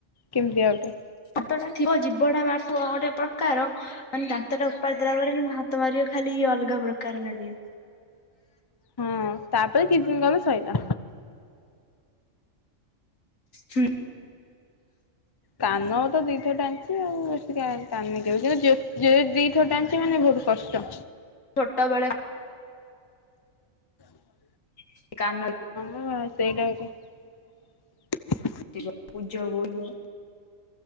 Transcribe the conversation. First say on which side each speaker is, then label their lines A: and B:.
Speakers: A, on the left (about 20°); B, on the left (about 80°).
A: କେମିତିଆ ଗୋଟେ।
B: ଦାନ୍ତଟା ଥିବ ଜୀଭଟା ମାରୁଥିବ ଗୋଟେ ପ୍ରକାର, ମାନେ ଦାନ୍ତଟା ଓପାରି ଦେଲା ପରେ ମତେ ମାରିବ ଖାଲି ଅଲଗା ପ୍ରକାର ଲାଗିବ।
A: ହୁଁ ତାପରେ କିଛି ଦିନ ଗଲେ ସରିଲା।
B: ହୁଁ।
A: କାନ ତ ଦିଥର ଟାଣିଛି ଆଉ ଏତିକି ଆଉ ଟାଣନି କେବେ ଯଉ ଯଉ ଦିଥର ଟାଣିଛି ମାନେ ବହୁତ କଷ୍ଟ।
B: ଛୋଟବେଳେ
A: <unintelligible>
B: ସେ କାନ
A: ହଁ ବା ସେଇଟା ଗୋଟେ।
B: ଥିବ ପୂଜ ବୋହିବ।